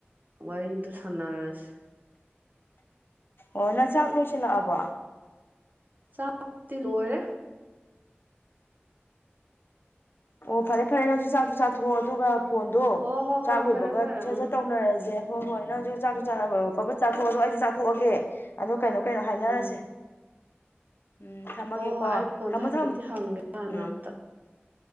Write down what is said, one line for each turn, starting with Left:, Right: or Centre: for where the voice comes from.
Right: ꯋꯥꯔꯤꯗꯣ ꯁꯥꯅꯔꯁꯤ
Left: ꯑꯣ ꯅꯪ ꯆꯥꯛ ꯂꯣꯏꯁꯤꯜꯂꯛꯑꯕꯣ
Right: ꯆꯥꯛꯇꯤ ꯂꯣꯏꯔꯦ
Left: ꯑꯣ ꯐꯥꯔꯦ ꯐꯥꯔꯦ ꯅꯪꯁꯨ ꯆꯥꯛꯁꯨ ꯆꯥꯊꯣꯛꯑꯣ ꯑꯗꯨꯒ ꯐꯣꯟꯗꯣ
Right: ꯍꯣꯏ ꯍꯣꯏ
Left: ꯆꯥꯛ
Right: ꯍꯣꯏ
Left: ꯂꯣꯏꯕꯒ
Right: ꯐꯔꯦ ꯐꯔꯦ
Left: ꯁꯠ
Right: ꯎꯝ
Left: ꯁꯠ ꯇꯧꯅꯔꯁꯦ ꯍꯣꯏ ꯍꯣꯏ ꯅꯪꯁꯨ ꯆꯥꯛꯁꯨ ꯆꯥ ꯄꯄꯠ ꯆꯥꯊꯣꯛꯑꯗꯣ ꯑꯩꯁꯨ ꯆꯥꯊꯣꯛꯑꯒꯦ ꯑꯗꯣ ꯀꯩꯅꯣ ꯀꯩꯅꯣ ꯍꯥꯏꯅꯔꯁꯦ
Right: ꯎꯝ
Left: ꯎꯝ ꯊꯝꯃꯒꯦꯀꯣ
Right: ꯍꯣꯏ ꯍꯣꯏ ꯑꯩ ꯐꯣꯟꯗ
Left: ꯊꯝꯃꯣ
Right: ꯍꯥꯏꯐꯦꯠꯇꯤ
Left: ꯊꯝꯃꯣ
Right: ꯍꯪꯒꯦ ꯍꯥꯟꯅ
Left: ꯎꯝ
Right: ꯑꯝꯇ